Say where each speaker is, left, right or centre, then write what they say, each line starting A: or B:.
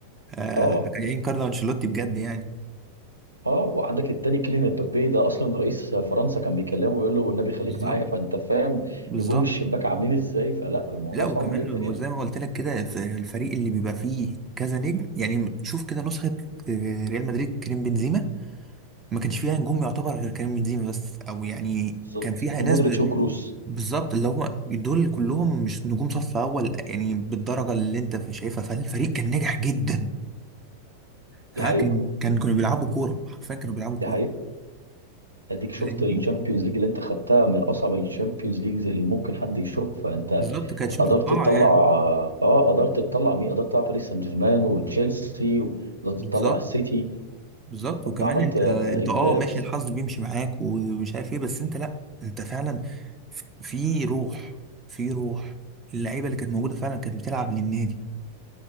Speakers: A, on the right; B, on the right.
A: آه
B: اه
A: كان يعين كارلو انشيلوتي بجد يعني
B: اه وعندك التاني كيليان امبابي ده اصلا رئيس فرنسا كان بيكلمه ويقول له والنبي خليك
A: بالظبط
B: معايا فانت فاهم
A: بالظبط
B: نجوم الشباك عاملين ازاي فلا الموضوع
A: لا وكمان
B: صعب جدا
A: وزي
B: يعني
A: ما قلت لك كده الف- الفريق اللي بيبقى فيه كذا نجم يعني شوف كده نسخة آه، ريال مدريد كريم بنزيما ما كانش فيها نجوم يعتبر غير كريم بنزيما بس او يعني
B: بالظبط
A: كان فيها
B: مودريتش
A: ناس ب...
B: وكروس
A: بالظبط اللي هم دول كلهم مش نجوم صف اول يعني بالدرجة اللي انت شايفها فالفريق كان ناجح جدا ها
B: دي حقيقة
A: كان كان كانوا بيلعبوا كورة حرفيا كانوا بيلعبوا كورة
B: دي حقيقة اديك شفت
A: فاهمني؟
B: الشامبيونز ليج اللي انت خدتها من اصعب الشامبيونز ليجز اللي ممكن حد يشوفها انت
A: بالظبط كانتش متوقعه
B: قدرت تطلع
A: يعني
B: اه قدرت تطلع مين قدرت تطلع باريس سان جيرمان وتشيلسي وقدرت
A: بالظبط
B: تطلع السيتي
A: بالظبط
B: فانت
A: وكمان
B: عملت
A: انت
B: آه،
A: انت
B: انجاز
A: اه ماشي الحظ بيمشي معاك ومش عارف ايه بس انت لا انت فعلا في روح في روح اللعيبه اللي كانت موجوده فعلا كانت بتلعب للنادي